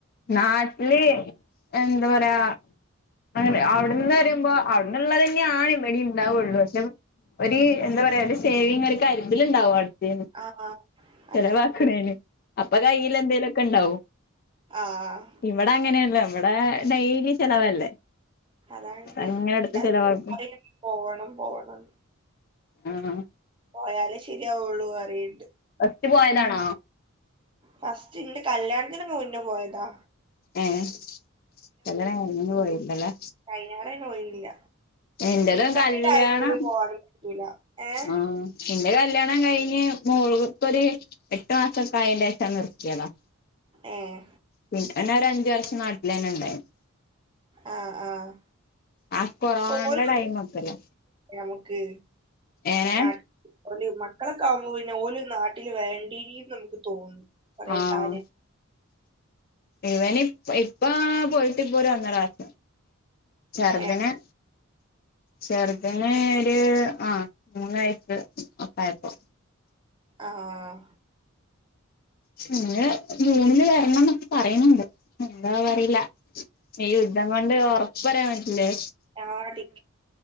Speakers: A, on the left (about 45°); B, on the right (about 20°).
A: നാട്ടില് എന്താ പറയാ. അങ്ങനെ അവിടുന്ന് പറയുമ്പോ- അവിടുന്നുള്ളതെന്നെയാണ്. ഇബ്ടേം ഇണ്ടാവുള്ളു പക്ഷെ, ഒര് എന്താ പറയാ ഒരു സേവിങ് ഒര് കര്തല്ണ്ടാവു ആടെ
B: ആഹ്
A: ചെലവാക്കണേന്
B: അതെ
A: അപ്പ കയ്ൽ എന്തേലുംക്കെ ഉണ്ടാകും.
B: ആഹ് ആഹ്,
A: ഇവിടെ അങ്ങനെയല്ല ഇവിടെ ഡെയ്ലി ചെലവല്ലേ,
B: അതാണ്
A: അങ്ങനെ എടുത്ത്
B: എന്താ
A: ചെലവാക്കും
B: പോകണം, പോകണം.
A: ആഹ്,
B: പോയാലേ ശരിയാവുള്ളൂ അറിയ്ണ്ട്,
A: ഫസ്റ്റ് പോയതാണാ?
B: ഫസ്റ്റ് ഇന്റെ കല്യാണത്തിന് മുന്നെ പോയതാ.
A: ഏഹ്, കല്യാണം കഴിഞ്ഞെങ്ങും പോയില്ലലേ?
B: കയഞ്ഞാറേ പോയില്ല.
A: എന്റെതും
B: ഇപ്പത്തെ
A: കല്യാണം
B: ഈ ടൈമില് പോവാനും പറ്റൂല ഏഹ്
A: ആഹ്, എന്റെ കല്ല്യാണം കഴിഞ്ഞ് മു- ഇപ്പൊരു എട്ടു മാസംക്കെ, അയിന്റെശ നിർത്തിയത.
B: ഏഹ്,
A: പിന്നെ ഓന ഒരു അഞ്ചു വർഷം- നാട്ടിൽ തന്നെ ഉണ്ടായിരുന്നു.
B: ആഹ്, ആഹ്.
A: ആ കൊറോണന്റെ
B: ഓല്
A: ടൈം ഒക്കെല്ലേ
B: നമുക്ക്
A: ഏനെ
B: നാട് ഓല് മക്കളൊക്കെ ആവുമ്പോ പിന്നെ ഓല് നാട്ടില് വേണ്ടീ നമുക്ക് തോന്നും, കൊറേ
A: ആഹ്,
B: കാര്യം
A: ഇവനിപ്പ ഇപ്പ പോയിട്ട് ഇപ്പോ ഒരു ഒന്നരാസ ചർതനെ,
B: ഏഹ്
A: ചർതിന് ഒരു ആഹ് മൂന്ന് വയസ് ഒക്കായപ്പോ,
B: ആഹ്,
A: ഇങ് ജൂണില് വരണം എന്നൊക്കെ പറയുന്നുണ്ട് എന്താവോ അറിയില, ഈ യുദ്ധം കൊണ്ട് ഒറപ്പ് പറയാൻ പറ്റില്ലെ,
B: ആഹ്